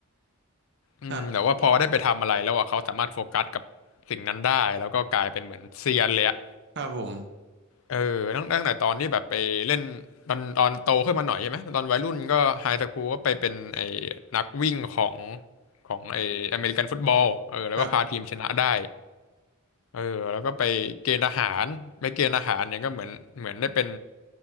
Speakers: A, on the left; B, on the right.
A: อืมแต่ว่าพอได้ไปทำอะไรแล้วอ่ะเขาสามารถโฟกัสกับสิ่งนั้นได้แล้วก็กลายเป็นเหมือนเซียนเลยอะ
B: ครับครับผม
A: เออตั้งตั้งแต่ตอนที่แบบไปเล่นตอนตอนโตขึ้นมาหน่อยใช่ไหมตอนวัยรุ่นก็ไฮสคูลก็ไปเป็นไอ้นักวิ่งของของไอ้อเมริกันฟุตบอลเออแล้วก็พาทีมชนะได้
B: ครับ
A: เออแล้วก็ไปเกณฑ์ทหารไปเกณฑ์ทหารเนี่ยก็เหมือนเหมือนได้เป็น